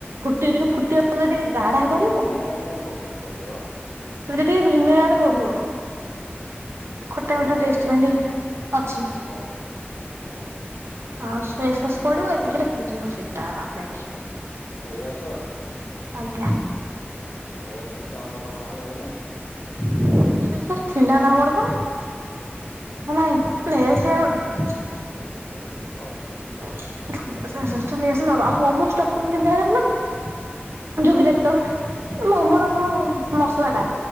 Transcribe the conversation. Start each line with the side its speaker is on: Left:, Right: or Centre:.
Right: ଫୁଟ ଟିକେ ଟିକେ ଫୁଟିବା ପରେ ଟିକେ ଗାଢା କରିବ
Left: ଭିନେଗାରଟା କାଇଁ ପ ପ ପକେଇବ?
Right: ଟିକେ ଭିନେଗାର ପଡିବ ଖଟା
Left: ହଉ
Right: ମିଠା
Left: ଆମର
Right: ଟେଷ୍ଟ
Left: ତ
Right: ପାଇଁ ଅଛି।
Left: ହଉ, ହଉ
Right: ଆଉ ସୋୟା ସସ୍ ପଡିବ ଏତିକି ରେ ହେଯିବ ସେଇଟା ରେଡି।
Left: ସୋୟା ସସ୍,
Right: ଆଜ୍ଞା।
Left: ସୋୟା ସସ୍ ତ ଆମର ନାହିଁ ଘରେ।
Right: ସୋୟା ସସ୍ ଥିଲା ନା କଣ ବା ନାହିଁ ନେଇ ଆସିବା ଗୋଟେ।
Left: ଛୋଟିଆଟେ। ହଉ।
Right: ଓ ସୋୟା ସସ୍ ଟା ନେଇ ଆସିଲେ ହବ ଆଉ ମମୋସ୍ ଷ୍ଟପିଙ୍ଗ ଟ କେମିତା। <unintelligible>
Left: ମୋମୋ?
Right: ଯୋଉ ଗ୍ରେଟ ମୋମୋର ଯୋଉ ମସଲା ଟା।